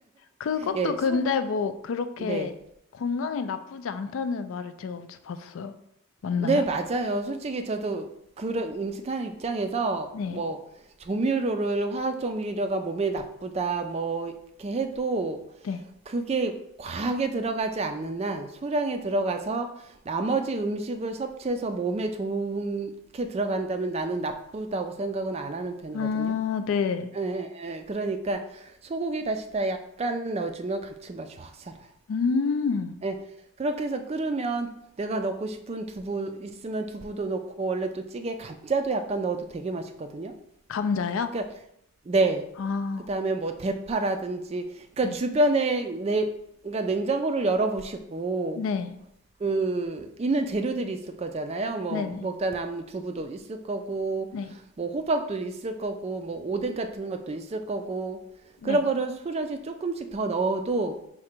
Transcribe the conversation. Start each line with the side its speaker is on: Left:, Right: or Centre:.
Left: 그것도
Right: 예,
Left: 근데
Right: 소금.
Left: 뭐 그렇게
Right: 네.
Left: 건강에 나쁘지 않다는 말을 제가 어디서 봤어요. 맞나요?
Right: 네, 맞아요. 솔직히 저도 그런 음식하는 입장에서
Left: 네,
Right: 뭐 조미료를 화학 조미료가 몸에 나쁘다 뭐 이렇게 해도
Left: 네.
Right: 그게 과하게 들어가지 않는 한 소량에 들어가서 나머지 음식을 섭취해서 몸에 좋게 들어간다면 나는 나쁘다고 생각은 안 하는 편이거든요.
Left: 아, 네.
Right: 예, 예, 예. 그러니까 소고기 다시다 약간 넣어주면 감칠맛이 확 살아요.
Left: 음,
Right: 예. 그렇게 해서 끓으면 내가 넣고 싶은 두부 있으면 두부도 넣고 원래 또 찌개에 감자도 약간 넣어도 되게 맛있거든요.
Left: 감자요?
Right: 그러니까 네.
Left: 아,
Right: 그다음에 뭐 대파라든지 그러니까
Left: 네.
Right: 주변에 내 그러니까 냉장고를 열어보시고
Left: 네,
Right: 그 있는 재료들이 있을 거잖아요. 뭐
Left: 네네,
Right: 먹다 남은 두부도 있을 거고
Left: 네,
Right: 뭐 호박도 있을 거고 뭐 오뎅 같은 것도 있을 거고
Left: 네.
Right: 그런 거를 소량씩 조금씩 더 넣어도